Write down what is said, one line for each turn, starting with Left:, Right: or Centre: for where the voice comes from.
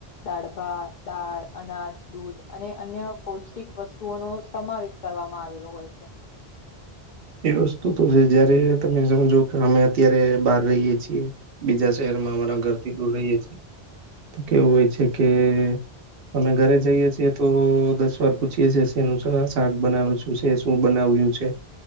Left: દાળભા દાળ અનાજ દૂધ અને અન્ય પૌષ્ટિક વસ્તુઓ નો સમાવેશ કરવામાં આવેલો હોય છે
Right: એ વસ્તુ તો છે જયારે તમે સમજો કે અમે અત્યારે બહાર રહીએ છીએ બીજા શહેરમાં અમારા ઘરથી દૂર રહીએ છે તો કેવું હોય કે અમે ઘરે જઈએ છીએ તો દસ વાર પૂછીએ છે શેનું શાક બનાવું છે શું બનાવ્યું છે